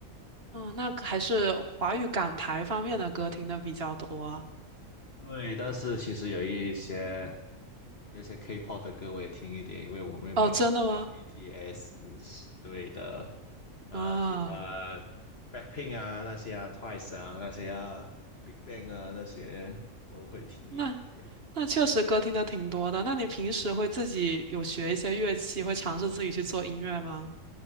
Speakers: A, on the right (about 45°); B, on the left (about 50°).
A: 嗯，那可还是华语港台方面的歌听的比较多。
B: 对，但是其实有一些。有些 K-pop 的歌我也听一点，因为我妹妹很喜欢
A: 哦，真的吗？
B: BTS 对的，呃，
A: 啊，
B: 喜欢 Blackpink 啊那些啊，Twice 啊那些啊，Big Bang 啊那些都会听一点点。
A: 那那确实歌听的挺多的。那你平时会自己有学一些乐器，会尝试自己去做音乐吗？